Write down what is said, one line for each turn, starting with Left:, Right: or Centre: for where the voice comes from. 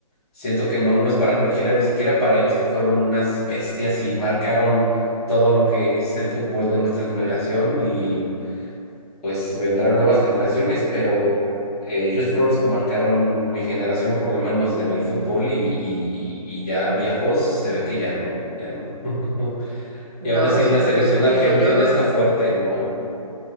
Centre: siento que no, no es para cualquiera, ni siquiera para ellos que fueron unas bestias y marcaron todo lo que es el fútbol de nuestra generación y pues vendrán nuevas generaciones, pero eh, ellos fueron los que marcaron mi generación, por lo menos en el fútbol, y, y, y- y ya viejos se ve que ya no, ya no. <laughs>
Right: no,
Centre: Y aún así
Right: sí,
Centre: la
Right: por
Centre: selección
Right: eso te
Centre: argentina
Right: digo, yo no,
Centre: está fuerte, ¿no?